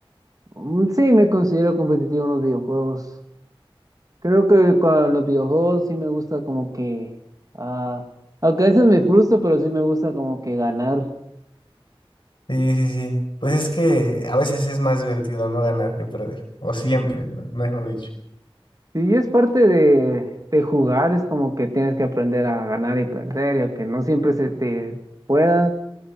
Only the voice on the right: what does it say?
Mm, Sí, me considero competitivo en los videojuegos. Creo que con los videojuegos sí me gusta como que, ah, aunque a veces me frustro, pero sí me gusta como que ganar.
Sí, es parte de, de jugar, es como que tienes que aprender a ganar y perder, y aunque no siempre se te pueda,